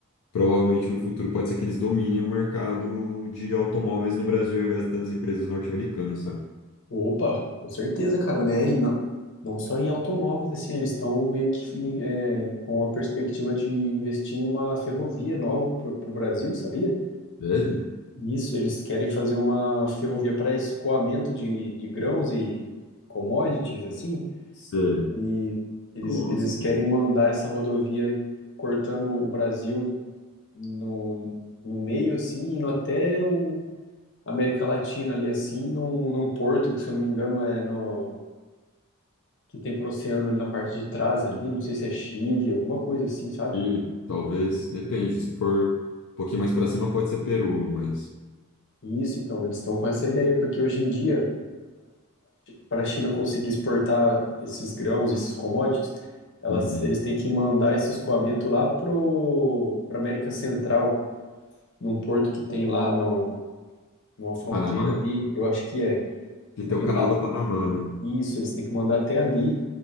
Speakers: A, on the left (about 70°); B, on the left (about 55°).
A: Provavelmente no futuro pode ser que eles dominem o mercado de automóveis no Brasil ao invés das empresas norte-americanas, sabe?
B: Opa, com certeza, cara, né? E não, não só em automóveis, assim, eles estão meio que é, com a perspectiva de investir em uma ferrovia nova para o Brasil, sabia?
A: Velho?
B: Isso, eles querem fazer uma ferrovia para escoamento de, de grãos e commodities, assim,
A: Sei.
B: e eles,
A: Nossa,
B: eles
A: cara.
B: querem mandar essa rodovia cortando o Brasil no, no meio, assim, indo até o América Latina ali, assim, num, num porto que, se eu não me engano, é no que tem pro oceano ali na parte de trás ali, não sei se é Chile, alguma coisa assim, sabe?
A: Chile, talvez. Depende. Se for um pouquinho mais pra cima, pode ser Peru, mas.
B: E Isso, então, eles estão com essa ideia, porque hoje em dia, para a China conseguir exportar esses grãos, esses commodities, elas,
A: Uhum.
B: eles têm que mandar esse escoamento lá pro, pra América Central, num porto que tem lá no, numa fronteira
A: Panamá?
B: ali, eu acho que é.
A: que
B: E
A: tem
B: daí,
A: o canal
B: lá-
A: do Panamá, né?
B: isso, eles têm que mandar até ali,